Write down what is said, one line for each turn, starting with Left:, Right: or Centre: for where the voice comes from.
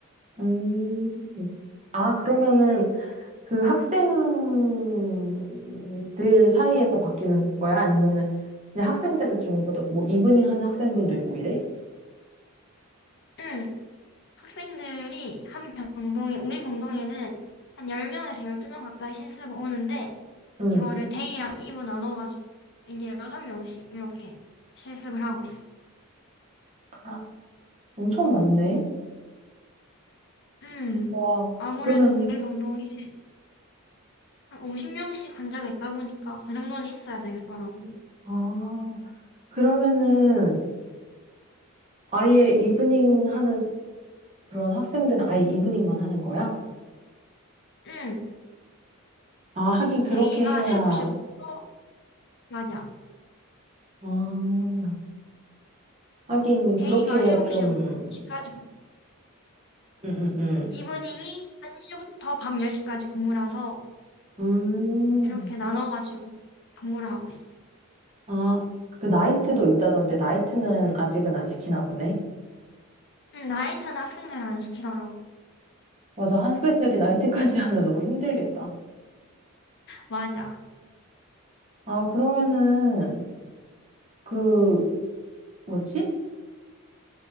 Right: 음. 아, 그러면은 그 학생들 사이에서 바뀌는 거야? 아니면은 그냥 학생들 중에서도 뭐 이브닝 하는 학생들도 있고 이래?
Left: 응, 학생들이 한 병동에, 우리 병동에는 한 10명에서 12명 가까이 실습 오는데
Right: 응.
Left: 이거를 데이랑 이브 나눠가지고 이제 6명씩 이렇게 실습을 하고 있어.
Right: 아, 엄청 많네.
Left: 음,
Right: 와,
Left: 아무래도
Right: 그러면은,
Left: 우리 병동에 한 50명씩 환자가 있다 보니까 그 정도는 있어야 되겠더라고.
Right: 아, 그러면은 아예 이브닝 하는 스- 그런 학생들은 아예 이브닝만 하는 거야?
Left: 응,
Right: 아, 하긴 그렇게
Left: 데이가
Right: 해야,
Left: 7시부터 맞아.
Right: 아, 하긴
Left: 데이가
Right: 그렇게 해야
Left: 7시부터
Right: 좀,
Left: 10시까지,
Right: 응, 응, 응.
Left: 이브닝이 1시부터 밤 10시까지 근무라서
Right: 음,
Left: 이렇게 나눠가지고 근무를 하고 있어.
Right: 아, 그 나이트도 있다던데 나이트는 아직은 안 시키나 보네.
Left: 음, 나이트는 학생들 안 시키더라고.
Right: 맞아, 한국인들이 나이트까지 <laughs> 하면 너무 힘들겠다.
Left: 맞아.
Right: 아, 그러면은 그 뭐지?